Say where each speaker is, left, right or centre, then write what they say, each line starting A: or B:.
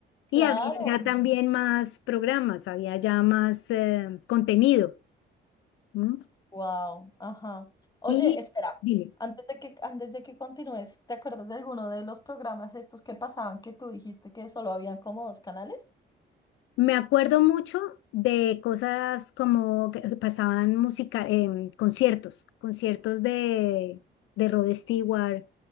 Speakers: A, on the left; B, on the left.
A: Claro.
B: Y había ya también más programas, había ya más eh, contenido. ¿m?
A: Wow. Ajá. Oye,
B: Y
A: espera.
B: dime.
A: Antes de que, antes de que continúes, ¿te acuerdas de alguno de los programas estos que pasaban que tú dijiste que solo habían como dos canales?
B: Me acuerdo mucho de cosas como que pasaban música, em, conciertos, conciertos de, de Rod Stewart,